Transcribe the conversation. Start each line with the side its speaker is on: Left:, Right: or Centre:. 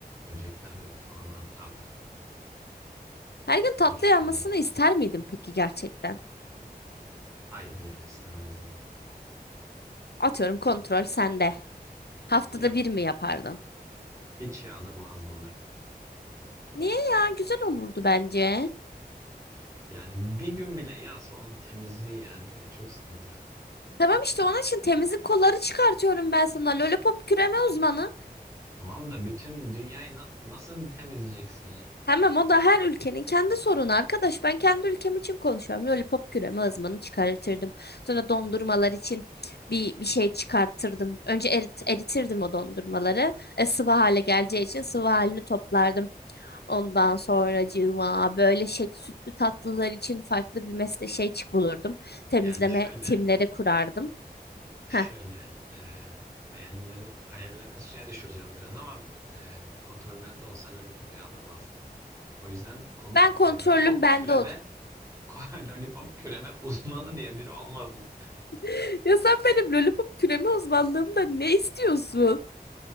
Right: Böcekler falan artardı.
Left: Her gün tatlı
Right: Hoş
Left: yapmasını
Right: bir şey değil.
Left: ister miydin peki gerçekten?
Right: Hayır ya istemezdim.
Left: Atıyorum kontrol sende. Haftada
Right: Yok
Left: bir mi yapardın?
Right: hiç yağdırmazdım ben.
Left: Niye ya? Güzel olurdu bence.
Right: Yani bir gün bile yağsa onun temizliği yani çok sıkıntı.
Left: Tamam işte onun için temizlik kolları çıkartıyorum ben sana. Lollipop küreme uzmanı.
Right: Tamam da bütün dünyayı na- nasıl temizleyeceksin ya?
Left: Tamam o da her ülkenin kendi sorunu arkadaş. Ben kendi ülkem için konuşuyorum. Lollipop küreme ızmanı çıkartırdım. Sonra dondurmalar için bir, bir şey çıkartırdım. Önce erit, eritirdim o dondurmaları. E, sıvı hale geleceği için sıvı halini toplardım. Ondan sonracığıma böyle şey, sütlü tatlılar için farklı bir mesle şey çık bulurdum. Temizleme
Right: Yani şöyle
Left: timleri kurardım.
Right: Şöyle
Left: Heh.
Right: e, hayalleri, hayallerini suya düşüreceğim biraz ama e, kontrol bende olsa lollipop yağdırmazdım. O yüzden kon-
Left: Ben kontrolüm
Right: e, lollipop
Left: bende
Right: küreme
Left: oldu.
Right: <laughs> lollipop küreme uzmanı diye biri olmazdım.
Left: <laughs> Ya sen benim lollipop küreme uzmanlığımda ne istiyorsun?